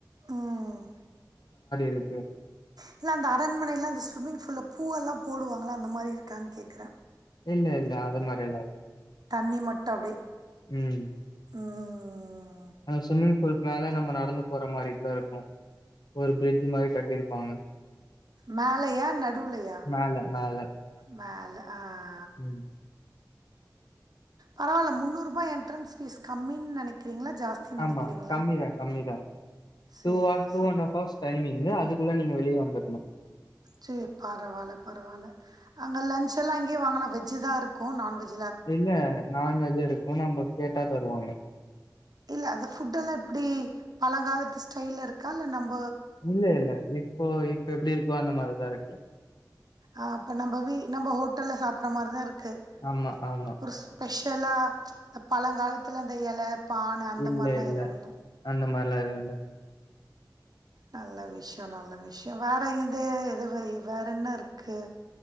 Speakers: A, on the right; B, on the left.
A: ம்
B: இருக்கு.
A: இல்ல அந்த அரண்மனைல அந்த ஸ்விம்மிங் பூல்ல பூ எல்லா போடுவாங்கல அந்த மாரி இருக்கான் கேக்குறே
B: இல்ல இல்ல அது மாரியல்லா இல்ல
A: தண்ணி மட்டு அப்டே
B: ம்
A: ம்
B: அந்த ஸ்விமிங் பூல்கு மேல நம்ம நடந்து போற மாரி கூட இருக்கு ஒரு பிரிட்ஜு மாரி கட்டிருப்பாங்க
A: மேலயா நடுவுலயா
B: மேல மேல
A: மேல ஆ
B: ம்
A: பரவால்ல முன்னூறுபா என்ட்ரன்ஸ் ஃபீஸ் கம்மின் நெனைக்கிறீங்ளா ஜாஸ்தின் நெனக்கிறீங்ளா
B: ஆமா. கம்மி தான் கம்மி தான்.
A: சேர்
B: ஹார்ஸ்
A: சேர்
B: ஹவர்ஸ் டைமிங்கு. அதுக்குள்ள நீங்க வெளிய வந்துரணும்.
A: சேர் பரவால்ல பரவால்ல அங்க லன்ச் எல்லா அங்கயே வாங்கலா வெஜ்ஜு தா இரு க்கு நான்வெஜ்
B: இல்ல நான்வெஜ்ஜு இருக்கு நம்ப கேட்டா தருவாங்க
A: இல்ல அது ஃபுட்டெல்லா எப்டி பழங்காலத்து ஸ்டைல்ல இருக்கா இல்ல நம்
B: இல்ல இல்ல இப்போ இப்ப எப்டிருக் கோ அந்த மாரி தாருக்கு
A: ஆ அப்ப நம்ப வீ நம்ப ஹோட்டல்ல சாப்புர மாரிதா இரு க்கு
B: ஆமா, ஆமா.
A: ஒர் ஸ்பெஷ் ஷலா பழங்காலத்துல அந்த எல பான அந்த
B: இல்ல
A: மாரிலா
B: இல்ல
A: எதுவு
B: அந்த மார்லா எதுவு இல்ல
A: நல்ல விஷ்யொ நல்ல விஷ்யொ வேற எது எதுவ வேற என்ன இருக்கு?